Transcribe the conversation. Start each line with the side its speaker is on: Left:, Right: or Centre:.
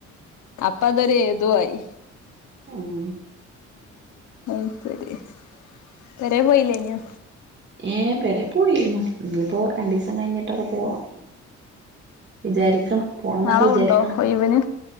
Left: അപ്പ അതൊരു ഏതു ആയി
Right: ഉം
Left: അത്ശരി പെരേല് പോയില്ലേ ന്യോ
Right: ഏ പേരെ പോയിരുന്നു ഇനിയിപ്പോ രണ്ടീസം കഴിഞ്ഞിട്ടൊക്കെ പോണം വിചാരിക്കണം പോണം ന്നൊക്കെ
Left: നാളെ
Right: വിചാരിക്കണം
Left: പോണ്ടോ ഒഴിവിന്